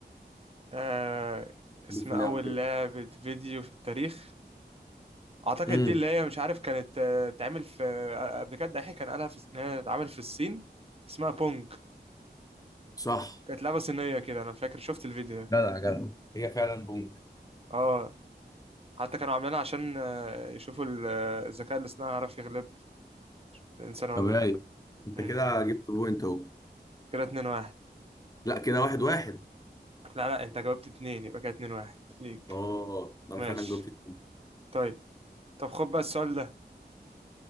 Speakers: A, on the right; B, on the left.
A: آه اسم
B: اللي في
A: أول
B: اللعب كده
A: لعبة فيديو في التاريخ اعتقد
B: امم
A: دي اللي هي مش عارف كانت آه، اتعمل في آه، قبل كده دحيح كان قالها في ان هي اتعمل في الصين اسمها بونج
B: صح
A: كانت لعبه صينيه كده انا فاكر شفت الفيديو ده
B: جدع جدع هي فعلا بونج
A: اه حتى كانوا عاملينها عشان آه، يشوفوا ال- آه، الذكاء الاصطناعي هيعرف يغلب الانسان ولا
B: طب رايق
A: لا
B: انت
A: امم
B: كده جبت بوينت اهو
A: كده 2 1
B: لا كده واحد واحد
A: لا لا انت جاوبت 2 يبقى كده 2 1 ليك
B: اه ده انا
A: ماشي
B: فعلا جبت الاتنين.
A: طيب طب خد بقى السؤال ده